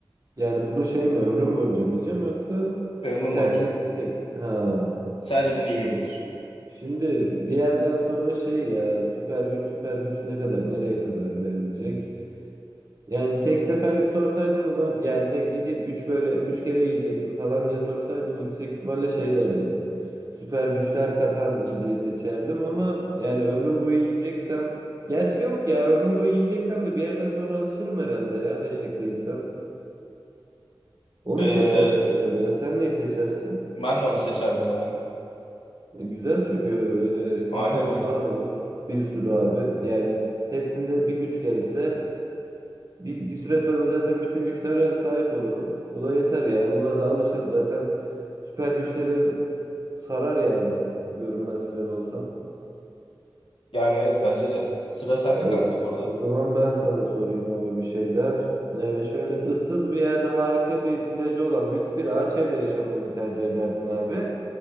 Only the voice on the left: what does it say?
Ömrün
boyunca.
Sadece bunu yiyebiliyorsun.
Ee,
ben de onu seçerdim ya.
Aynen aynen.
Yani evet bence de. Sıra sende
kanka bu arada.